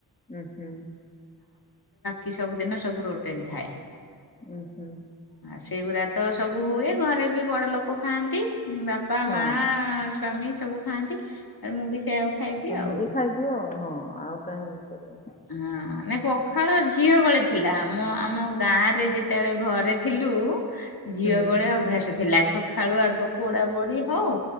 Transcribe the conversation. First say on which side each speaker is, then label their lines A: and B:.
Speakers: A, on the left; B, on the left.
A: ହୁଁ ହୁଁ।
B: କି ସବୁ ଦିନ ସବୁ ରୋଟିନ୍ ଥାଏ।
A: ଉ ହୁ।
B: ଆଉ ସେଇଗୁଡା ତ ସବୁ ହୁଏ। ଘରେ ବି ବଡ ଲୋକ ଖାଆନ୍ତି। ବାପା
A: ହଁ
B: ମା ସ୍ଵାମୀ ସବୁ ଖାଆନ୍ତି। ଆଉ ମୁଁ ବି ସେଇଆକୁ ଖାଇଦିଏ
A: ତମବି
B: ଆଉ।
A: ଟିକେ ଖାଇଦିଅ ଆଉ ହଁ ଆଉ କାହିଁ ଇ କର।
B: ହଁ ନାଇଁ ପଖାଳ ଝିଅ ବଳେ ଥିଲା। ମ ଆମ ଗାଁ ରେ ଯେତେବେଳେ ଘରେ ଥିଲୁ ଝିଅ
A: ହୁଁ
B: ବଳେ ଅଭ୍ୟାସ ଥିଲା। ସକାଳୁ ଆଗ ପୋଡା ପୋଡି ହଉ